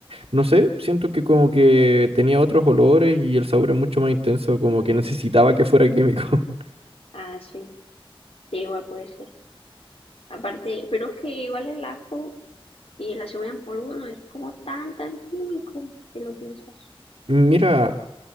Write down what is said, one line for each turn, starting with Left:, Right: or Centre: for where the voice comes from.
Right: No sé, siento que como que tenía otros olores y el sabor es mucho más intenso. Como
Left: Mm,
Right: que necesitaba que fuera químico. <laughs>
Left: Ah, sí. Sí, igual puede ser. Aparte, pero es que igual el ajo. Y la cebolla en polvo no es como tan, tan químico, si lo piensas.
Right: Mira...